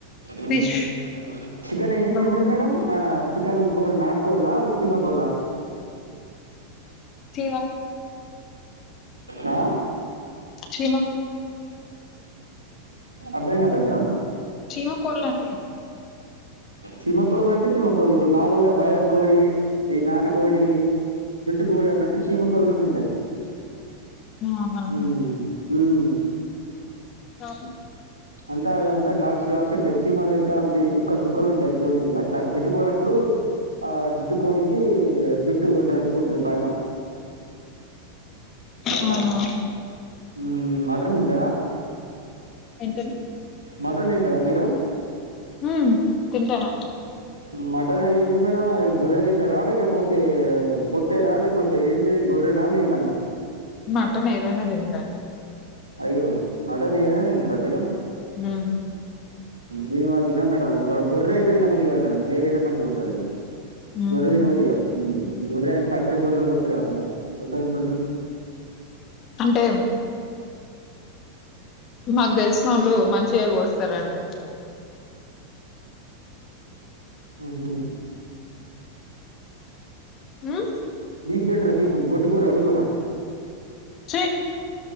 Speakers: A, on the right; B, on the left.
A: మ్మ్
B: ఫిష్
A: చికెన్ ఏందింటారు
B: ప్రాన్
A: మేడం మన చికన్ కో నాటు కోళ్ల అ చీమకోళ్ల
B: చీమ
A: ఆ
B: చీమకు
A: అర్థం కాలా మేడమ్
B: చీమ కోళ్లండి
A: చీమకోళ్ళు అంటే చీమకోళ్ళు ఇప్పుడు మామూలుగా బయర్ కోడి ఈ నాటకోడి జుట్టుకోడి అన్నట్టు చీమకోళ్ళు కూడా ఉంటాయి
B: అవునా
A: మ్మ్ మ్మ్
B: ఆ
A: అంతా అదన్ తా డాట్స్ డాట్స్ ఉంటాయి చీమలు లెక్క అంత చుక్కలు చుక్కలు ఉంటాయి కోళ్ళకి అట్లా జుట్టుకోనప్పుడు ఆ జుట్టు కోడికి జుట్టు ఎక్కువ ఉంటది పైన అట్ల
B: అవునా
A: మ్మ్ అట్ తింటరా
B: అంట
A: మటన్ తింటరా మీరు
B: మ్మ్ తింటానండి
A: మటన్ ఏంటిది మేడం అది గొర్రె తింటరా లేకపోతే పొట్టేలా లేకపోతే ఏంటిది గొర్రెనా మేకన
B: మటన్ ఏదైనా తింటాను
A: అయ్యో మటన్ ఏదైనా తింటారా మీరు
B: హ్మ్.
A: మేము అది తినం మేడమ్ గోర్రయితే తినబుద్ధి కాదు మేడం మేకైతే మంచిగుంటది కానీ
B: ఉహు
A: గొర్రె తినబుద్ది కాదు మ్మ్ గొర్రె అంటే సచ్చిన గొర్రెలు కోత్తరు కదా మేడం ఎట్ల తింటరు మీరు
B: అంటే మాకు తెలిసిన వాళ్ళు మంచిగా కోస్తారండి
A: హ్మ్మ్
B: మ్మ్
A: బీఫ్ తింటరా బీఫ్ గొడ్డు కూర గొడ్డు కూర
B: చే